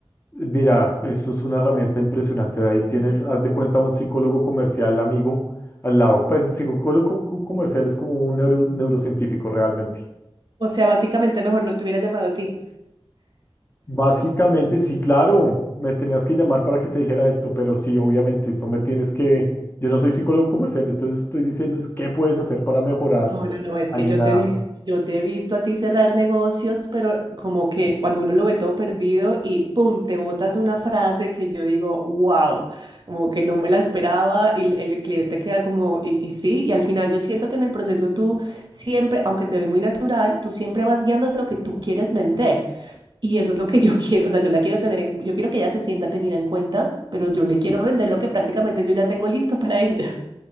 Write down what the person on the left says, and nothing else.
Mira, eso es una herramienta impresionante. Ahí tienes,
haz de cuenta, un psicólogo comercial amigo al lado. Pues psicólogo co- co- comercial es como un neuro- neurocientífico realmente.
Básicamente, sí, claro, me tenías que llamar para que te dijera esto, pero sí, obviamente, tú me tienes que, yo no soy psicólogo comercial, yo te estoy diciendo es qué puedes hacer para mejorar
ahí
en la,